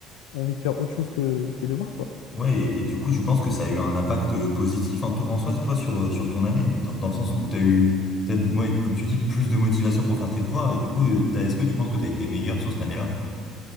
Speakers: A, on the left (about 85°); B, on the left (about 35°).
A: envie de faire autre chose que tes devoirs, quoi.
B: Ouais, et, et du coup, je pense que ça a eu un impact euh, positif en, to- en soi, toi, sur, euh, sur ton année, dans, dans le sens où t'as eu, peut-être, ouais, comme tu dis, plus de motivation pour faire tes devoirs, et du coup, euh, t'as- est-ce que tu penses que t'as été meilleur sur cette année-là?